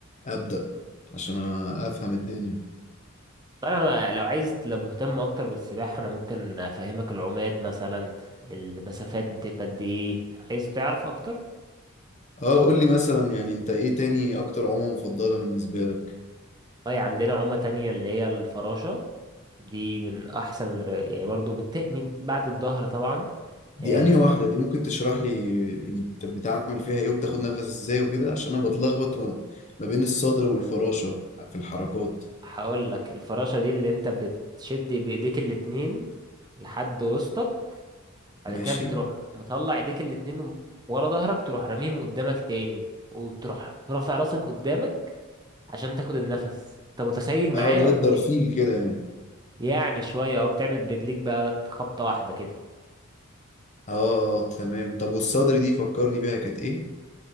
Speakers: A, on the left; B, on the right.
A: ابدأ عشان افهم الدنيا
B: فانا لو عايز لو مهتم اكتر بالسباحه انا ممكن افهمك العومات مثلا المسافات بتبقى قد ايه عايز تعرف اكتر
A: اه قول لي مثلا يعني انت ايه تاني اكتر عمى مفضلة بالنسبة لك
B: طيب عندنا عومه تانية اللي هي الفراشه دي من احسن الر- يعني برضو بت... من بعد الظهر طبعا
A: دي
B: أه
A: انهي واحدة دي ممكن تشرح لي يعني انت بتعمل فيها ايه وبتاخد نفس ازاي وكده عشان انا بتلخبط ما ما بين الصدر والفراشة في الحركات
B: هقول لك الفراشه دي اللي انت بتشد بايديك الاتنين لحد وسطك بعد
A: ماشي
B: كده بتروح مطلع ايديك الاتنين ورا ظهرك تروح راميهم قدامك تاني وتروح رافع راسك قدامك عشان تاخد النفس انت متخيل معايا
A: اه زي
B: ولا
A: الدرفيل
B: ايه
A: كده يعني
B: يعني شويه اهو بتعمل برجليك بقى خبطه واحده كده
A: اه آه، تمام طب والصدر دي فكرني بيها كانت ايه